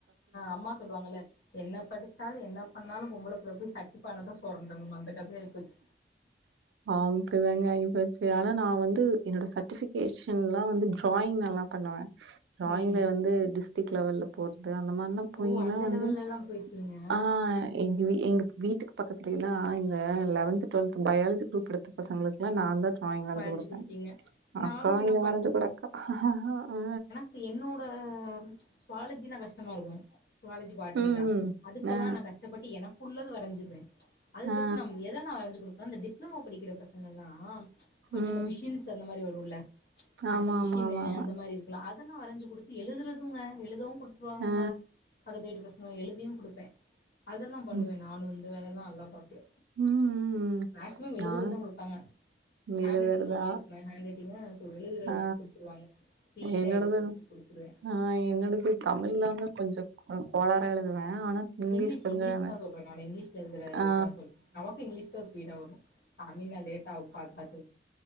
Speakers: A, on the left; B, on the right.
A: அம்மா சொல்லுவாங்கல என்ன படிச்சாலு என்ன பண்ணாலு பொம்பள புள்ள போய் சட்டி பானதா சு போறண்ட அந்த கத ஆய்போச்சு
B: ஆ அப்டி தாங்க ஆய்போச்சு ஆனா நா வந்து என்னோட சர்டிஃபிகேஷன்லா வந்து டிராயிங் நல்லா பண்ணுவ டிராயிங்ல
A: ம்
B: வந்து டிஸ்டிக் லெவல்ல போறது அந்த மாரில்லா
A: ஓ
B: போய்லா
A: அந்த
B: வந்து
A: லெவல்ல எல்லா போயிர்கீங்க
B: ஆ எங்க எங்க வீட்டுக்கு பக்கத்துலல்லா இந்த லெவன்த் டு்வெல்த் பயாலஜி குரூப் எடுத்து பசங்களுக்குலா நா தா டிராயிங் வரஞ்சு
A: வரைஞ்சு
B: குடுப்ப
A: குடுப்பீங்க நானு
B: அக்கா
A: இதெல்லா
B: நீங்க வரைஞ்சு குடுக்கா அ
A: இப்ப என்னோட சுவாலஜினா கஷ்டமாருக்கு சுவாலஜி பாட்டினிலா
B: ம் ம்
A: அதுக்கெல்லா
B: ஆ
A: நா கஷ்டப்பட்டு எனக்குள்ளது வரஞ்சிருவ அது தவிர்த்து
B: ஆ
A: நம்ம எதனா வரஞ்சு குடுப்பே இந்த டிப்ளமோ படிக்கிற பசங்கெல்லா கொஞ்சோ
B: ம்
A: இந்த மிஷின்ஸ் அந்த மாரி வரும்ல
B: ஆமா
A: அந்த மிஷின்னு
B: ஆமா ஆமா ஆமா
A: அந்த மாரி இரு அதெல்லா வரஞ்சு குடுத்து எழுதுறதுங்க எழுதவு குடுத்துருவாங்கங்க
B: ஆ
A: பக்கத்து வீட்டு பசங்க எழுதியு குடுப்பே அதெல்லா பண்ணுவே
B: ம்
A: நானு இந்த வேலைல்லா நல்லா பாப்பே
B: ம் ம்
A: மேக்சிமம் எழுதுறதா
B: நானு
A: குடுப்பாங்க ஹேண்ட்
B: எழுதுறதா?
A: ரைட்டிங் நல்லாருக்கு எ ஹேன்ட் ரைட் பாத்திங்னா சோ எழுதுறது
B: ஆ
A: குடுத்துருவாங்க ஸ்பீடா
B: என்னோடது
A: எழுது வச்சு குடுத்ருவே
B: ஆ என்னடது தமிழ் தாங்க கொஞ்சோ கொ கோளாரா எழுதுவே ஆனா
A: இங்கிலீஷ்
B: கொஞ்சம்
A: இங்கிலீஷ்
B: எனக்கு,
A: தா சொல்ற நா இங்கிலீஷ்ல எழுதுறது
B: ஆ
A: தா சொல்ற நமக்கு இங்கலீஷ் தா ஸ்பீடா வரு தமிழ் நா லேட்டாகு பாத் பாத்து